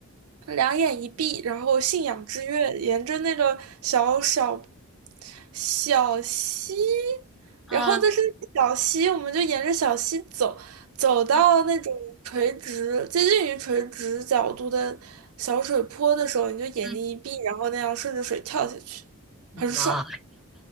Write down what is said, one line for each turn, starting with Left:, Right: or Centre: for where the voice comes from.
Right: 两眼一闭，然后信仰之跃，沿着那个小小小溪，然后但是小溪，
Centre: 嗯
Right: 我们就沿着小溪走，走到那种垂直、
Centre: 嗯
Right: 接近于垂直角度的小水坡的时候，你就眼睛一闭，
Centre: 嗯，
Right: 然后那样顺着水跳下去，
Centre: 妈，
Right: 很爽，